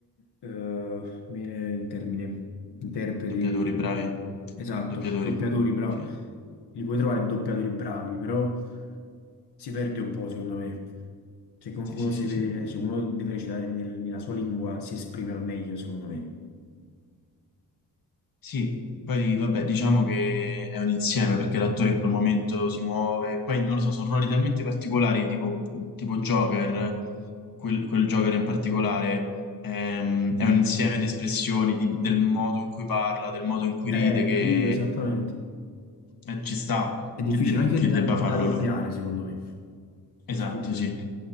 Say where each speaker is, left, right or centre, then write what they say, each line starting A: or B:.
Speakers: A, on the left; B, on the left.
A: eh, mi viene il termine, interpreti,
B: Doppiatori bravi.
A: esatto,
B: Doppiatori.
A: doppiatori, bravo,
B: Sì,
A: li puoi trovare doppiatori bravi, però si perde un po', secondo me. Cioè, comunque
B: sì, sì,
A: uno, si
B: sì.
A: deve,
B: sì.
A: se uno deve recitare nel- nella sua lingua, si esprime al meglio, secondo me.
B: Sì, poi vabbè, diciamo che è un insieme perché l'attore in quel momento si muove, poi non lo so, sono ruoli talmente particolari, tipo, tipo Joker, quel, quel Joker in particolare, ehm, è un insieme di espressioni, di- del modo in cui parla, del modo in cui
A: Eh,
B: ride, che
A: capito, esattamente.
B: eh, ci sta
A: È difficile
B: che, de-
A: anche
B: che
A: da,
B: debba
A: da
B: farlo
A: doppiare,
B: lui.
A: secondo me.
B: Esatto,
A: È difficile
B: sì.
A: anche.